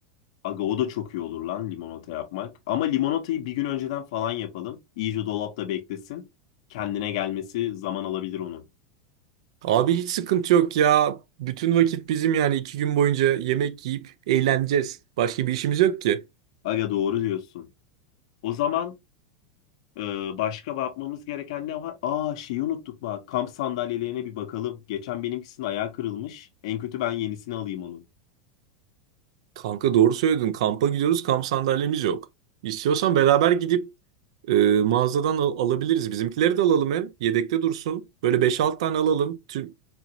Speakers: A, on the left (about 70°); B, on the right (about 75°).
A: Aga o da çok iyi olur lan limonata yapmak. Ama limonatayı bir gün önceden falan yapalım. İyice dolapta beklesin. Kendine gelmesi zaman alabilir onun.
B: Abi hiç sıkıntı yok ya. Bütün vakit bizim yani iki gün boyunca yemek yiyip eğleneceğiz. Başka bir işimiz yok ki.
A: Aga doğru diyorsun. O zaman Ee, başka bakmamız gereken ne var? Aa şeyi unuttuk bak. Kamp sandalyelerine bir bakalım. Geçen benimkisinin ayağı kırılmış. En kötü ben yenisini alayım onun.
B: Kanka doğru söyledin. Kampa gidiyoruz. Kamp sandalyemiz yok. İstiyorsan beraber gidip e, mağazadan al- alabiliriz. Bizimkileri de alalım hem. Yedekte dursun. Böyle beş 6 tane alalım. Tüm